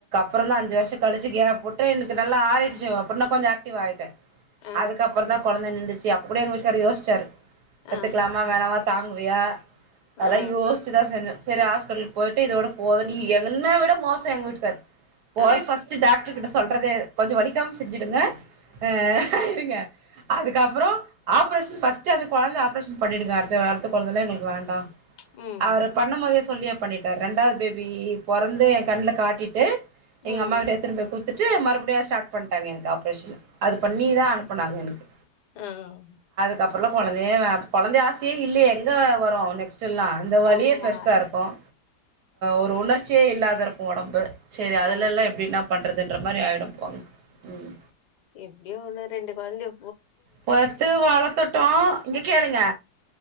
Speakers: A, on the right; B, on the left.
A: அப்புறந்தான் அஞ்சு வருஷம் கழிச்சி கேப்விட்டு எனக்கு நல்லா ஆறிடிடுச்சு அப்டின இன்னும் கொஞ்சோ ஆக்டிவ் ஆயிட்டேன்
B: ஆ
A: அதுக்கப்பறம் தான் கொழந்த நிண்டுச்சு சி அப்ப கூட எங்க விட்டுக்கார் யோசிச்சாரு கத்துக்கலாமா
B: ஆ
A: வேணமா சாமி போவியா அதான்
B: ஆ
A: யோசிச்சுதான் செஞ்சேன் சேரி ஹாஸ்பிட்டல் போயிட்டு இதோட போதும் நீ என்ன விட மோசம் எங்க வீட்டுக்காரு போய்
B: ஆ
A: ஃபஸ்ட் டாக்டர் கிட்ட சொல்றது கொஞ்சம் வலிக்காம செஞ்சுடுங்க ஆஹ் இருங்க அதுக்கு கப்பறோம் ஆப்ரேஷன் ஃபஸ்ட்டு அந்த கொழந்த ஆப்ரேஷன் பண்ணிடுங்க அடுத்த அடுத்த குழந்தலாம் எங்களுக்கு வேண்டாம்
B: ம்
A: அவரு
B: ம்
A: பண்ணும் போதே சொல்லி பண்ணிட்டார் ரெண்டாவது பேபி பொறந்து என் கண்ணுல காட்டிட்டு
B: ம்
A: எங்க அம்மா கிட்ட எத்துனு போய் குத்து ட்டு மறுபடியும் ஸ்டார்ட் பண்ணிட்டாங்க எனக்கு ஆப்ரேஷனு அது பண்ணிதான் அனுப்பினாங்க எனக்கு
B: ஆஹ்
A: அதுக்கு அப்பறம்லாம் குழந்தைய குழந்தை ஆசையே இல்லையே எங்க வரும் நெக்ஸ்ட்டெல்லாம் இந்த வழியே
B: ஆமா
A: பெருசா இருக்கும் ஒரு உணர்ச்சியே இல்லாத இருக்கும் உடம்பு சேரி அதுலெல்லாம்
B: ஆ
A: எப்படி என்னா பண் றது மாதிரி ஆயிடும் போங்க ம்
B: எப்படியோ ஒன்னு ரெண்டு குழந்தைய
A: பொத்து வழத்துடோம் இங்க கேளுங்க